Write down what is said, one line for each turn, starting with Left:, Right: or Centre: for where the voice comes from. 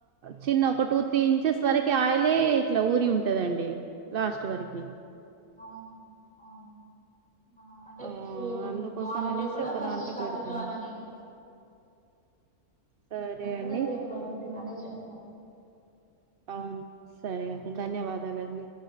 Right: చిన్న ఒక టూ త్రీ ఇంచెస్ వరకి ఆయిలే ఇట్లా ఊరి ఉంటదండి లాస్ట్ వరకి
Centre: అవు అ అ అంటే
Right: ఆ
Centre: సేమ్
Right: అందుకోసం
Centre: మా ఇంట్లో
Right: అనేసి
Centre: కూడా
Right: ఒక
Centre: ఫస్ట్
Right: దాంట్లో
Centre: స్టార్టింగ్
Right: పెడతాను
Centre: లో అలానే అండి,
Right: సరే
Centre: మేము
Right: అండి
Centre: కూడా సేమ్ ప్రాసెస్ ఇలానే చేస్తాము అండి.
Right: అవును సరే అండి ధన్యవాదాలండి